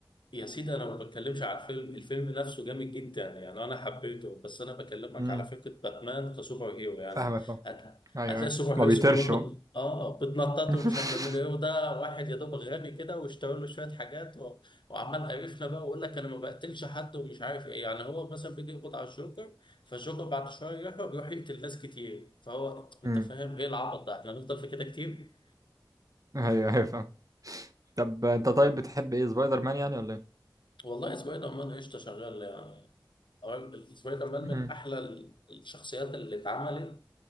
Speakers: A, on the left; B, on the right.
A: يا سيدي انا ما بتكلمش على الفيلم الفيلم نفسه جامد جدا يعني انا حبيته بس انا بكلمك
B: امم
A: على فكره باتمان كسوبر هيرو يعني
B: فاهمك أهو.
A: هت-
B: ايوه
A: هتلاقي
B: أيوة.
A: سوبر
B: ما
A: هيروز
B: بيطيرش
A: كلهم بت...
B: هو.
A: اه بتنطط
B: <laughs>
A: ومش عارف بيعملوا ايه وده واحد يا دوب غني كده واشترى له شويه حاجات و... وعمال قرفنا بقى ويقول لك انا ما بقتلش حد ومش عارف ايه يعني هو مثلا بيجي يقبض على الجوكر فالجوكر بعد شويه يروح بيروح يقتل ناس كتير فهو انت
B: امم
A: فاهم ايه العبط ده احنا هنفضل في كده كتير
B: ايوه ايوه فاهم طب انت طيب بتحب ايه سبايدر مان يعني ولا ايه؟
A: والله سبايدر مان قشطه شغال يعني طبعاً بالنسبة لي كمان
B: مهم.
A: من أحلى ال- الشخصيات اللي اتعملت